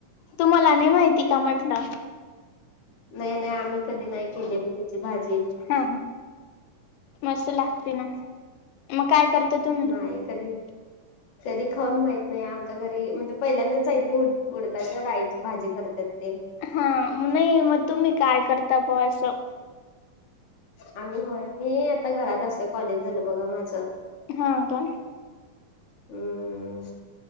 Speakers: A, on the left; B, on the left.
A: तुम्हाला नाही माहिती का म्हटलं?
B: नाही नाही आम्ही कधी नाही केली त्याची भाजी.
A: हा मस्त लागते ना मग काय करता तु
B: नाही कधी
A: <inaudible>
B: कधी खाऊन माहीत नाही आमच्या घरी म्हणजे पहिल्यांदाच ऐकली उड उडदाच्या डाळीची भाजी करतात ते
A: हा नाही मग तुम्ही काय करता बुवा असं?
B: आम्ही होय मी आता घरात असते कॉलेज झालं बघा माझं.
A: हा का.
B: हम्म